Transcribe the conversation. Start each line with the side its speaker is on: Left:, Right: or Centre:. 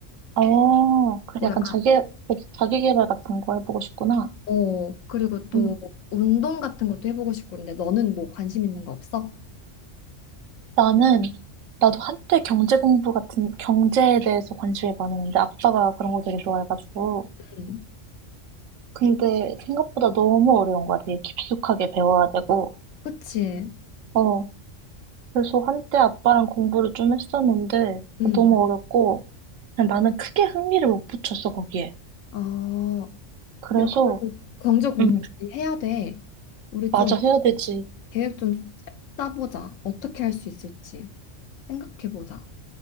Right: 어, 그
Left: 뭐
Right: 약간
Left: 약간,
Right: 자기, 자기 개발 같은 거 해보고 싶구나.
Left: 어, 그리고 또
Right: 음.
Left: 운동 같은 것도 해보고 싶고, 근데 너는 뭐 관심 있는 거 없어?
Right: 나는, 나도 한때 경제 공부 같은, 경제에 대해서 관심이 많았는데, 아빠가 그런 거 되게 좋아해가지고.
Left: 음,
Right: 근데 생각보다 너무 어려운 거야. 되게 깊숙하게 배워야 되고.
Left: 그치?
Right: 어, 그래서 한때 아빠랑 공부를 좀 했었는데,
Left: 음,
Right: 너무 어렵고, 그냥 나는 크게 흥미를 못 붙였어, 거기에.
Left: 어,
Right: 그래서,
Left: 야, 그래도 경제 공부
Right: 음,
Left: 해야 돼. 우리
Right: 맞아,
Left: 좀
Right: 해야 되지.
Left: 계획 좀 짜보자. 어떻게 할 수 있을지 생각해보자.